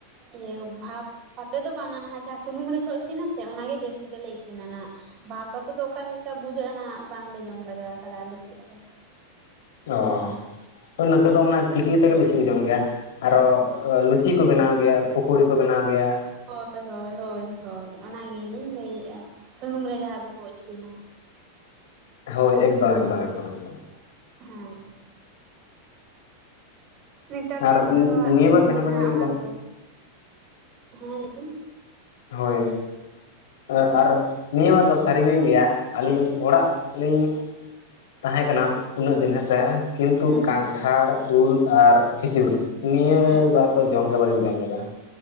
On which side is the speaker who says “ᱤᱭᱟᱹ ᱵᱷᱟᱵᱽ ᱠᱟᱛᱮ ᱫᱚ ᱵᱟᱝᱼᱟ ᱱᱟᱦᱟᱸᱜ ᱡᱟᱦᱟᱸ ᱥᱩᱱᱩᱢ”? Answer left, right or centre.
Right